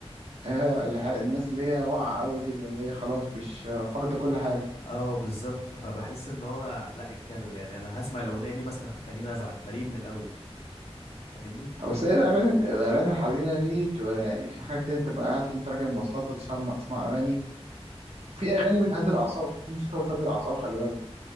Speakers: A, on the right (about 75°); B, on the left (about 70°).
A: آه، الح- الناس اللي هي واقعة قوي كده اللي هي خلاص مش فاقدة كل حاجة
B: اه بالظبط فبحس ان هو لا اتكل يعني انا هسمع الاغنيه دي مثلا هتخليني ازعل فليه من الاول فاهمني
A: بس هي الأغاني الأغاني الحزينة دي بتبقى يعني في حاجات كده تبقى قاعد أنت راكب مواصلات تسمع تسمع أغاني في أغاني بتهدي الأعصاب في موسيقى بتهدي الأعصاب خلي بالك